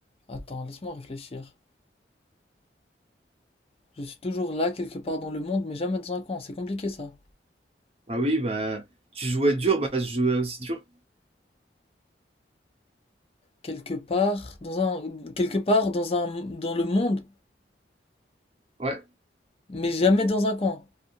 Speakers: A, on the left; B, on the right.
A: Attends, laisse-moi réfléchir. Je suis toujours là quelque part dans le monde, mais jamais dans un coin. C'est compliqué ça.
B: Ah oui, bah, tu jouais dur, bah, je jouais aussi dur.
A: Quelque part dans un, quelque part dans un, dans le monde,
B: Ouais,
A: mais jamais dans un coin.